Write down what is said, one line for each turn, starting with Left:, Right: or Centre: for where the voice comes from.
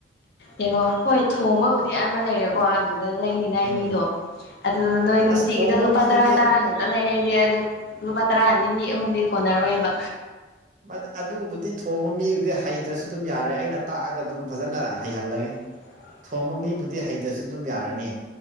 Left: ꯌꯦꯡꯉꯣ ꯍꯣꯏ ꯊꯣꯡꯕꯕꯨꯗꯤ ꯑꯃ ꯂꯩꯔ‌ꯦ ꯀꯣ ꯑꯗꯨꯗ ꯂꯩꯅꯤꯉꯥꯏ
Right: ꯎꯝ
Left: ꯃꯤꯗꯣ ꯑꯗꯨꯗ ꯅꯣꯏ ꯅꯨꯡꯇꯤꯒꯤꯗꫭ
Right: ꯑꯁ ꯊꯣꯡꯕ
Left: ꯂꯨꯄꯥ
Right: ꯃꯤꯗꯨꯗꯤ
Left: ꯇꯔꯥ ꯇꯔꯥ ꯈꯛ ꯂꯩꯔꯗꯤ ꯑꯗꯨ ꯂꯨꯄꯥ ꯇꯔꯥꯅꯤ ꯃꯤ ꯑꯍꯨꯝꯗꯤ ꯀꯣꯟꯅꯔꯣꯏꯕ
Right: ꯃꯥ ꯑꯗꯨꯕꯨꯗꯤ ꯊꯣꯡꯕ ꯃꯤꯕꯨꯗꯤ ꯍꯩꯇ꯭ꯔꯁꯨ ꯑꯗꯨꯝ ꯌꯥꯔꯦ ꯑꯩꯅ ꯇꯥꯛꯑꯒ ꯑꯗꯨꯝ ꯐꯖꯅ ꯍꯩꯍꯜꯂꯒꯦ
Left: <unintelligible>
Right: ꯊꯣꯡꯕ ꯃꯤꯕꯨꯗꯤ ꯍꯩꯇꯁꯨ ꯑꯗꯨꯝ ꯌꯥꯔꯅꯤ